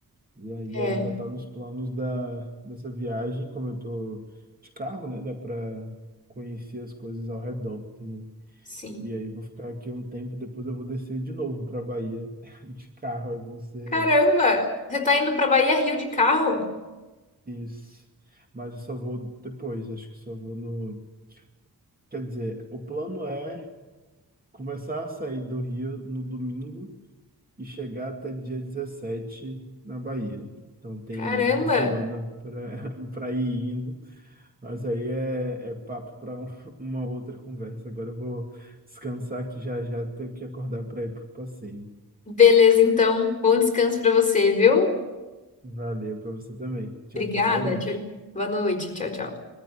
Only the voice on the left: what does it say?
É,
sim.
Caramba, você tá indo pra Bahia Rio de carro?
Caramba.
Beleza, então, bom descanso pra você, viu?
Obrigada.
Tchau. Boa noite. Tchau, tchau.